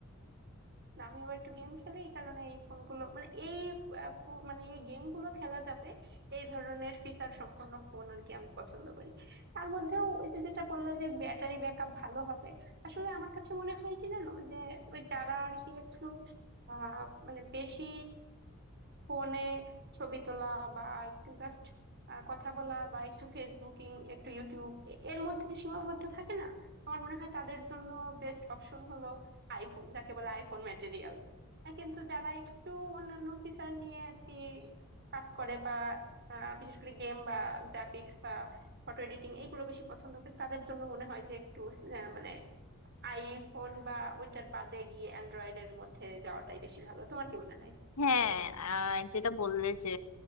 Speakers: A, on the right; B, on the left.
A: না আমি আবার একটু গেম খেলি এই কারণে এই ফোনগুলো মানে এই আহ, ফো- মানে এই গেমগুলো খেলা যাবে এই ধরনের ফিচার সম্পন্ন ফোন আর কি আমি পছন্দ করি তার মধ্যেও ওই যে যেটা বললো যে ব্যাটারি ব্যাকআপ ভালো হবে আসলে আমার কাছে মনে হয় কি জানো যে ওই যারা আর কি একটু আহ মানে বেশি ফোনে ছবি তোলা বা একটু জাস্ট কথা বলা বা একটু ফেসবুকিং একটু ইউটিউব এ- এর মধ্যে সীমাবদ্ধ থাকে না আমার মনে হয় তাদের জন্য বেস্ট অপশন হলো আইফোন যাকে বলে আইফোন ম্যাটেরিয়াল কিন্তু যারা একটু অন্যান্য ফিচার নিয়ে আর কি কাজ করে বা আহ, বিশেষ করে গেম বা গ্রাফিক্স বা ফটো এডিটিং এগুলো বেশি পছন্দ করে তাদের জন্য মনে হয় যে একটু আহ, মানে আইফোন বা ওইটার বাদে গিয়ে অ্যান্ড্রয়েডের মধ্যে যাওয়াটাই বেশি ভালো তোমার কি মনে হয়
B: হ্যাঁ আহ, যেটা বললে যে